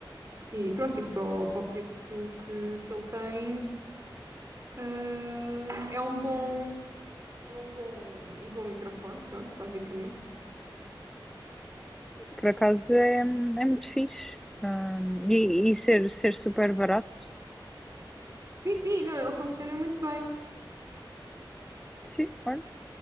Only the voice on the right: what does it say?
E pronto, e para o, para o preço que, que ele tem, ah, é um bom, É um bom, um bom microfone, pronto, basicamente.
Sim, sim, não, ele funciona muito bem.